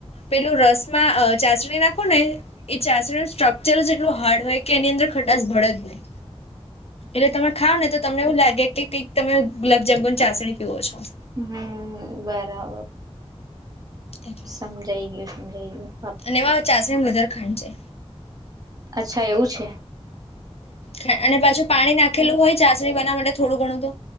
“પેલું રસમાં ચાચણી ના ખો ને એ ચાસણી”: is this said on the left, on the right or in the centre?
Left